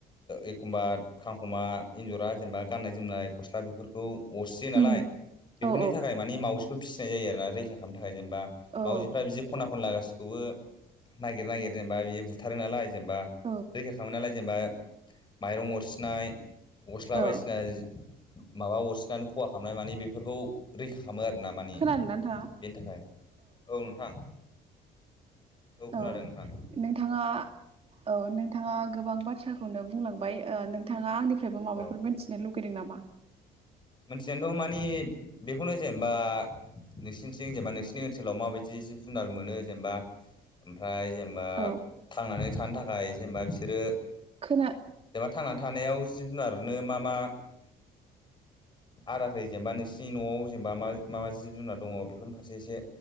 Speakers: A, on the left; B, on the right.
A: एखमबा खांखमा एन्जरा जेनेबा गाननाय जोमनाय गस्ला बेफोरखौ अरसियो नालाय।
B: उम
A: बेफोरनि
B: औ
A: थाखाय मानिे मावजिखौ फिसिनाय जायो आर ना रैखा खालामनो थाखाय जेनेबा
B: औ
A: मावजिफ्रा बिदि खना खनला। बे खौबो नागिर नागिर जेनेबा बिदि बुथारो नालाय जेनेबा
B: औ
A: रैखा खालामो नालाय जेनेबा। माइरं अरसिनाय गस्ला
B: औ
A: बायदिसिना। माबा अरसिननानै खहा खालामनाय माने बेफोरखौ रैखा। खामो आरोना मानि
B: खोनादोंना
A: बेनि
B: नोंथाङा?
A: थाखाय औ नोंथां। खोनादों
B: औ
A: नोंथां
B: नोंथाङा औ नोंथाङा। गोबां बाथ्राखौनो बुंलांबाय नोंथाङा आंनिफ्रायबो माबाफोर
A: औ
B: मिथिनो लगैदों नामा।
A: मिथियाथ मानि बेखौनो जेनेबा। नोंसोरनिथिं जेनेबा नोंसोरनि ओनसोलाव माबायदि जिब जुनार मोनो जेनेबा ओमफ्राय जेनबा। जेनबा
B: औ
A: थांनानै थानो थाखाय जेनबा बिसोरो
B: खोना
A: जेनबा। थानायाव जिब जुनारनो मा मा। आदार‌ होयो जेनेबा नोंसिनि न'आव जेनेबा मा मा जिब जुनार दङ बेफोरनि फारसे एसे।